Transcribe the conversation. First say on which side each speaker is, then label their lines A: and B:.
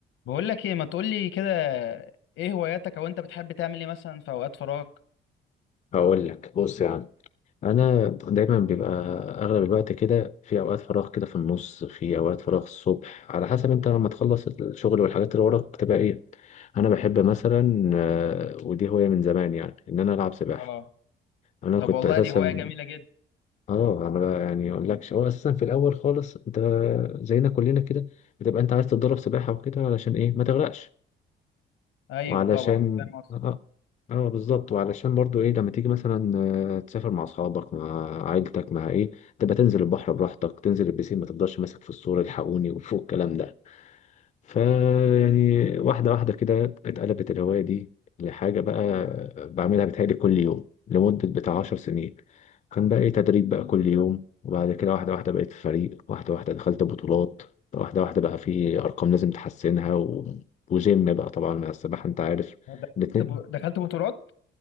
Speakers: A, on the left (about 85°); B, on the left (about 35°).
A: بقول لك ايه ما تقول لي كده ايه هواياتك او انت بتحب تعمل ايه مثلا في اوقات فراغك
B: هقول لك بص يا عم انا دايما بيبقى اغلب الوقت كده في اوقات فراغ كده في النص في اوقات فراغ الصبح على حسب انت لما تخلص الشغل والحاجات اللي وراك بتبقى ايه انا بحب مثلا آه، ودي هوايه من زمان يعني ان انا العب سباحه
A: اه
B: انا
A: طب
B: كنت
A: والله
B: اساسا
A: دي هواية جميلة جدا
B: اه انا بقى يعني اقول لكش هو اساسا في الاول خالص انت زينا كلنا كده بتبقى انت عايز تتدرب سباحه وكده علشان ايه ما تغرقش
A: ايوه
B: وعلشان
A: طبعا فاهم قصدي
B: اه اه بالظبط وعلشان برضو ايه لما تيجي مثلا آه، تسافر مع اصحابك مع عائلتك مع ايه تبقى تنزل البحر براحتك تنزل البسين ما تفضلش ماسك في الصورة الحقوني وفوق الكلام ده فيعني واحدة واحدة كده اتقلبت الهواية دي لحاجة بقى بعملها بتهيألي كل يوم لمدة بتاع عشر سنين كان بقى إيه تدريب بقى كل يوم وبعد كده واحدة واحدة بقيت في فريق واحدة واحدة دخلت بطولات واحدة واحدة بقى في أرقام لازم تحسنها و... وجيم بقى طبعا مع السباحة أنت عارف
A: دخلت
B: الاتنين
A: ب- دخلت بطولات